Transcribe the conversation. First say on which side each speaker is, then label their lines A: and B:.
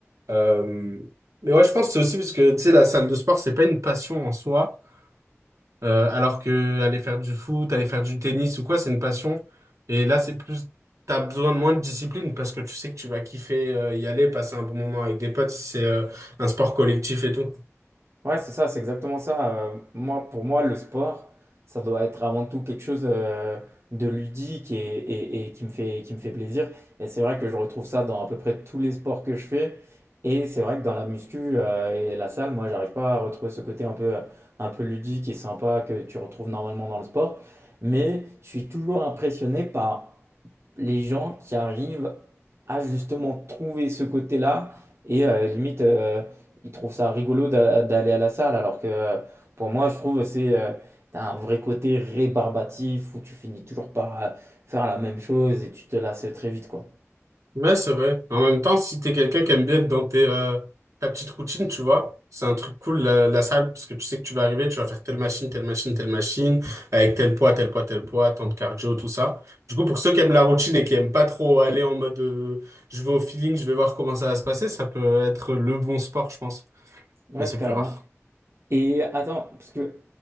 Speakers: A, on the right; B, on the right.
A: Euh, Mais ouais, je pense que c'est aussi parce que, tu sais, la salle de sport, c'est pas une passion en soi. Euh, alors que aller faire du foot, aller faire du tennis ou quoi, c'est une passion. Et là, c'est plus, t'as besoin de moins de discipline parce que tu sais que tu vas kiffer euh, y aller, passer un bon moment avec des potes si c'est euh, un sport collectif et tout.
B: Ouais, c'est ça, c'est exactement ça. Euh, moi, pour moi, le sport, ça doit être avant tout quelque chose euh, de ludique et, et- et qui me fait, qui me fait plaisir. Et c'est vrai que je retrouve ça dans à peu près tous les sports que je fais. Et c'est vrai que dans la muscu euh, et la salle, moi, j'arrive pas à retrouver ce côté un peu, un peu ludique et sympa que tu retrouves normalement dans le sport. Mais je suis toujours impressionné par les gens qui arrivent à justement trouver ce côté-là et euh, limite euh, ils trouvent ça rigolo d'a- d'aller à la salle alors que euh, pour moi je trouve c'est euh, t'as un vrai côté rébarbatif où tu finis toujours par euh, faire la même chose et tu te lasses très vite quoi.
A: Ouais, c'est vrai. En même temps, si t'es quelqu'un qui aime bien être dans tes, euh, ta petite routine, tu vois, c'est un truc cool, la, la salle, parce que tu sais que tu vas arriver, tu vas faire telle machine, telle machine, telle machine, avec tel poids, tel poids, tel poids, tant de cardio, tout ça. Du coup, pour ceux qui aiment la routine et qui aiment pas trop aller en mode, euh, je vais au feeling, je vais voir comment ça va se passer, ça peut être le bon sport, je pense.
B: Ouais,
A: Mais c'est plus
B: carrément.
A: rare.
B: Et attends, parce que